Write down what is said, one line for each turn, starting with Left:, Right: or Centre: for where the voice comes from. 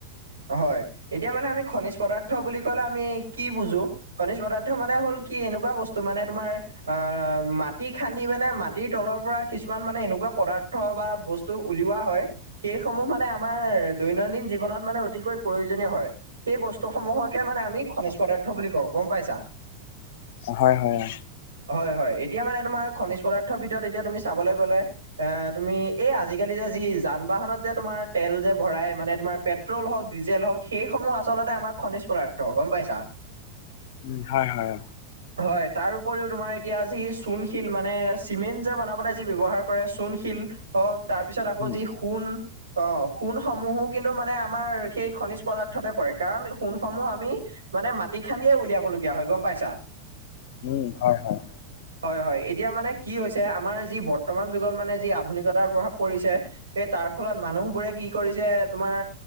Right: হয় এতিয়া মানে আমি খনিজ পদাৰ্থ বুলি কলে আমি কি বুজোঁ খনিজ পদাৰ্থ মানে হল কি এনেকুৱা বস্তু মানে তোমাৰ অ মাটি খান্দি মানে মাটিৰ তলৰ পৰা কিছুমান মানে এনোক- এনেকুৱা পদাৰ্থ বা বস্তু উলিওৱা হয়। সেই সমূহ মানে আমাৰ দৈনন্দিন জীৱনত মানে অতিকৈ প্ৰয়োজনীয় হয়। সেই বস্তু সমূহকে মানে আমি খনিজ পদাৰ্থ বুলি কও গম পাইছা।
Left: অ হয় হয় অ
Right: হয় হয় এতিয়া মানে তোমাৰ খনিজ পদাৰ্থৰ ভিতৰত এতিয়া তুমি চাবলে গ'লে এ তুমি এই আজিকালি যে যি যান বাহনত যে তোমাৰ তেল যে ভৰাই মানে তোমাৰ পেট- ট্ৰল হওঁক, ডিজেল হওঁক, সেইসমূহ আচলতে আমাৰ খনিজ পদাৰ্থ গম পাইছা।
Left: ওম হয় হয়।
Right: হয় তাৰ উপৰিও তোমাৰ এতিয়া যি চূণশিল মানে চিমেন্ট যে বনাবে যি ব্যৱহাৰ কৰে। চূ- তূণশিল হওঁক তাৰপিছত আকৌ
Left: উম
Right: যি সোণ, অ সোণসমূহো কিন্তু মানে আমাৰ সেই খনিজ পদাৰ্থতে পৰে কাৰণ সোণসমূহ আমি মানে মাটি খান্দি উলিয়াব লগীয়া হয় গম পাইছা?
Left: উম, হয় হয়।
Right: হয় হয় এতিয়া মানে কি হৈছে আমাৰ যি বৰ্তমান যুগত মানে যি আধুনিকতাৰ প্ৰভাৱ পৰিছে সেই তাৰ ফলত মানুহ বোৰে কি কৰিছে তোমাৰ